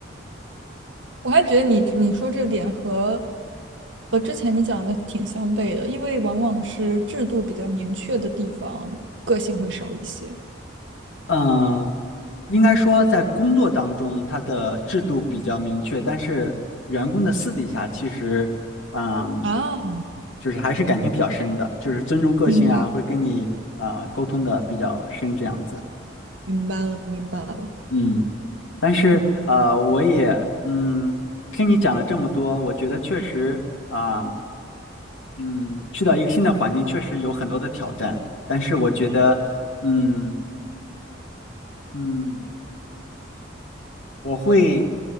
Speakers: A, on the right; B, on the left.
A: 我还觉得你你说这点和和之前你讲的挺相悖的，因为往往是制度比较明确的地方，个性会少一些。
B: 嗯，应该说在工作当中，它的制度比较明确，但是员工的私底下其实，嗯，
A: 啊，
B: 就是还是感情比较深的，就是尊重个性啊，
A: 明白了，
B: 会跟你呃沟通的比较深这样子，
A: 明白了，明白了。
B: 嗯。但是呃，我也嗯，听你讲了这么多，我觉得确实啊、呃嗯，去到一个新的环境确实有很多的挑战，但是我觉得，嗯嗯，我会